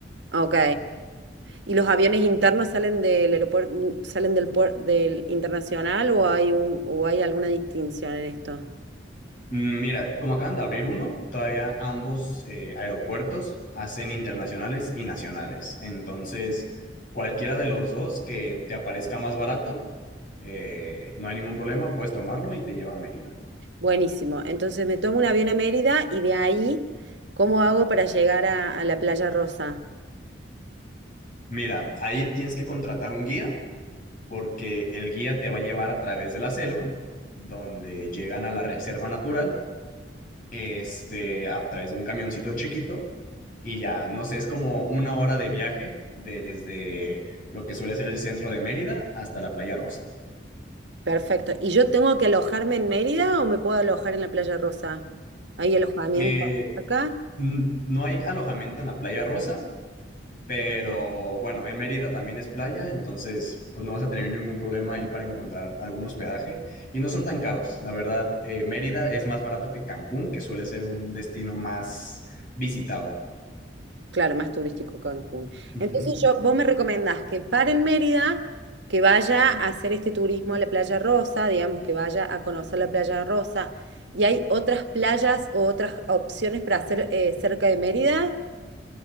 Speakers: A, on the right; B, on the left.
A: Ok. ¿Y los aviones internos salen del aeropuerto, salen del puer- del internacional o hay un, o hay alguna distinción en esto?
B: Mm, Mira, como acaban de abrir uno, todavía ambos eh, aeropuertos hacen internacionales y nacionales. Entonces, cualquiera de los dos que te aparezca más barato, eh, no hay ningún problema, puedes tomarlo y te lleva a Mérida.
A: Buenísimo. Entonces me tomo un avión a Mérida y de ahí, ¿cómo hago para llegar a, a la Playa Rosa?
B: Mira, ahí tienes que contratar un guía porque el guía te va a llevar a través de la selva, donde llegan a la reserva natural este, a través de un camioncito chiquito y ya, no sé, es como una hora de viaje desde lo que suele ser el centro de Mérida hasta la Playa Rosa.
A: Perfecto. ¿Y yo tengo que alojarme en Mérida o me puedo alojar en la Playa Rosa? ¿Hay alojamiento
B: Eh,
A: acá?
B: n- no hay alojamiento en la Playa Rosa, pero bueno, en Mérida también es playa, entonces pues no vas a tener ningún problema ahí para encontrar algún hospedaje y no son tan caros. La verdad, eh, Mérida es más barato que Cancún, que suele ser un destino más visitado.
A: Claro, más turístico Cancún.
B: Ujú.
A: Entonces yo, vos me recomendás que pare en Mérida, que vaya a hacer este turismo a la Playa Rosa, digamos que vaya a conocer la Playa Rosa. ¿Y hay otras playas o otras opciones para hacer eh, cerca de Mérida?